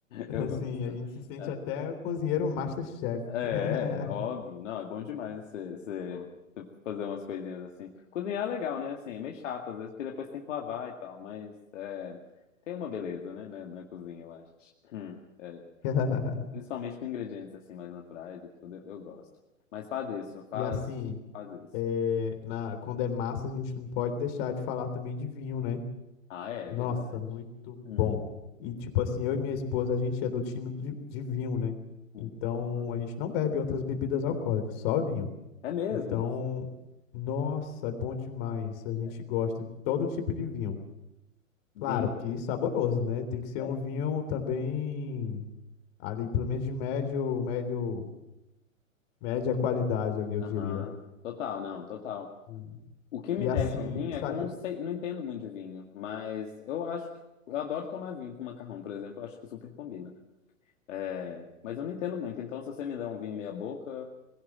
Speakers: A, on the left; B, on the left.
A: Assim,
B: Eu gosto.
A: a gente se sente
B: É,
A: até cozinheiro MasterChef.
B: é,
A: <laughs>
B: é, óbvio. Não, é bom demais você você- você fazer umas coisinhas assim. Cozinhar é legal, né? Assim, é meio chato às vezes, porque depois tem que lavar e tal, mas é, tem uma beleza, né? Na, na cozinha, eu acho. <clears throat>
A: <laughs>
B: Principalmente com ingredientes assim mais naturais e tudo, eu, eu gosto. Mas faz isso, faz,
A: E assim,
B: faz isso.
A: é, na, quando é massa, a gente não pode deixar de falar também de vinho, né?
B: Ah, é,
A: Nossa,
B: é verdade.
A: muito bom.
B: Hum,
A: E tipo assim, eu e minha esposa, a gente é do time de, de vinho, né?
B: hum,
A: Então
B: aham.
A: a gente não bebe outras bebidas alcoólicas, só vinho.
B: É mesmo.
A: Então, nossa, é bom demais. A gente
B: É,
A: gosta de todo tipo de vinho.
B: vinho,
A: Claro que saboroso, né? Tem que ser
B: é.
A: um vinho também ali, pelo menos de médio, médio, média qualidade ali, eu diria.
B: Aham. Total, não, total.
A: E
B: O que me
A: e assim,
B: pega no vinho
A: sabe,
B: é que eu não sei, não entendo muito de vinho, mas eu acho que eu adoro tomar vinho com macarrão, por exemplo, eu acho que super combina, né? É, mas eu não entendo muito, então se você me der um vinho meia boca,